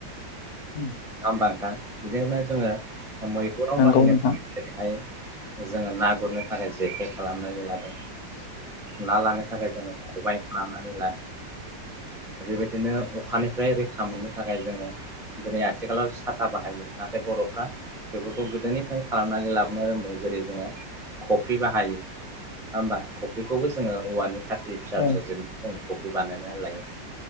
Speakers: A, on the left (about 60°); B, in the centre.
A: उम
B: दाम बांथाम बेजोंनो जोङो मैहुराव
A: नंगौ
B: बाहायनो
A: नोंथां
B: जेरैहाय जोङो ना गुरनो थाखाय जेखाइ खालामनानै लादों ना लानो थाखाय जोङो खबबाय खालामनानै लादों बेबायदिनो अखानिफ्राय रैखा मोननो थाखाय जोङो दिनै आथिं आथिखालाव साथा बाहायो नाथाय बर'फ्रा बेफोरखौ गोदोनिफ्रायनो खालामनानै लाबोनो रोंदों जेरै जोङो खफ्रि बाहायो नङा होमबा खफ्रिखौबो जोङो औवानि खााख्रि फिसा
A: ओ
B: फिसाजों दंख बे बानायनानै लायो